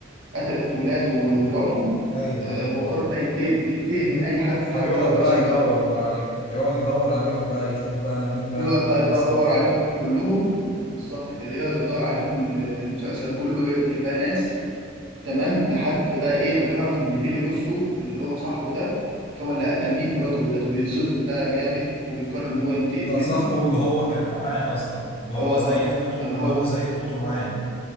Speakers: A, on the right (about 75°); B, on the left (about 30°).
A: قتلت ولاده ومراته
B: ايوه
A: آه،
B: ايوه
A: هو قرر
B: اه
A: بقى ينتقم ينتقم من اي حد حتى
B: هيقعد
A: لو رئيس
B: بقى
A: البلد
B: يدور بقى عليهم هيقعد يدور عليهم بقى يشوف بقى انا مين بقى
A: يقعد
B: اللي كان
A: بقى يدور
B: السبب في
A: عليهم
B: كده
A: كلهم بالظبط كده يقعد يدور عليهم ال- المسلسل كله ويقتل بقى ناس تمام لحد بقى ايه ما بيعرف ان بيلي روسو اللي هو صاحبه ده هو اللي قتل مين مراته وولاده بيتصدم بقى جامد وبيقرر ان هو ينتقم
B: ده
A: منه
B: صاحبه اللي هو كان معاه اصلا اللي هو
A: اه
B: زي في موته
A: اللي
B: اللي
A: هو
B: هو زي في موته معاه